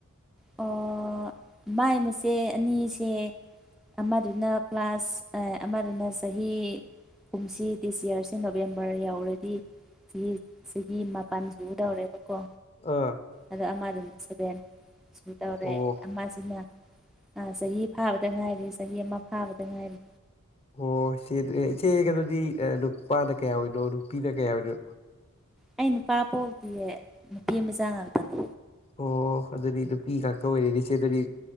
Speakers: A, in the centre; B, on the left.
A: ꯑꯣ ꯃꯥꯏ ꯃꯁꯦ ꯑꯅꯤꯁꯦ ꯑꯃꯗꯨꯅ ꯀ꯭ꯂꯥꯁ ꯑꯃꯗꯨꯅ ꯆꯍꯤ ꯀꯨꯝꯁꯤ ꯗꯤꯁ ꯌꯔꯁꯤ ꯅꯣꯕꯦꯝꯕꯔ ꯌꯥꯎꯔꯗꯤ ꯁꯤ ꯁꯤꯒꯤ ꯃꯄꯜꯁꯤ ꯇꯧꯔꯦꯕ ꯀꯣ
B: ꯑꯥ
A: ꯑꯗꯣ ꯑꯃꯗꯨꯗ ꯁꯚꯦꯟ ꯁ ꯇꯧꯔꯦ
B: ꯑꯣ
A: ꯃꯥꯁꯤꯅ ꯆꯍꯤ ꯐꯥꯕꯗ ꯉꯥꯏꯔꯤ ꯆꯍꯤ ꯑꯃ ꯐꯥꯕꯗ ꯉꯥꯏꯔꯤ
B: ꯑꯣ ꯏꯆꯦ ꯏꯆꯦ ꯀ ꯑꯗꯨꯗꯤ ꯅꯨꯄꯥꯅ ꯀꯌꯥ ꯑꯣꯏꯅꯣ ꯅꯨꯄꯤꯅ ꯀꯌꯥ ꯑꯣꯏꯅꯣ
A: ꯑꯩ ꯅꯨꯄꯥ ꯄꯣꯛꯇꯤꯌꯦ ꯅꯨꯄꯤ ꯃꯆꯥ ꯉꯥꯛꯇꯅꯦ
B: ꯑꯣ ꯑꯗꯨꯗꯤ ꯅꯨꯄꯤ ꯉꯥꯛꯇ ꯑꯣꯏꯔꯤꯅꯤꯁꯦ ꯑꯗꯨꯗꯤ